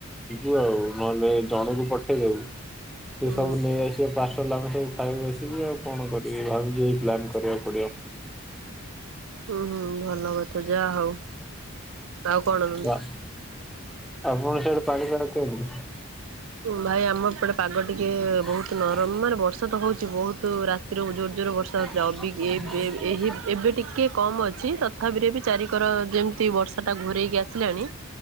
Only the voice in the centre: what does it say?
ଯିବୁ ଆଉ ନହେଲେ ଜଣକୁ ପଠେଇଦବୁ ସେ
ସବୁ ନେଇ ଆସିବ ତା ସ ଲାଭ ସବୁ ଖାଇବା ଆସିବି ଆଉ କଣ କରିବି ଭାବିଜି ଏଇ ପ୍ଲାନ୍ କରିବାକୁ ପଡିବ।
ଲା ଆପଣ ସିଆଡେ ପାଣିି <unintelligible> କେମତି?
ହୁଁ
ହୁଁ
ହୁଁ
ବୁଝିଲି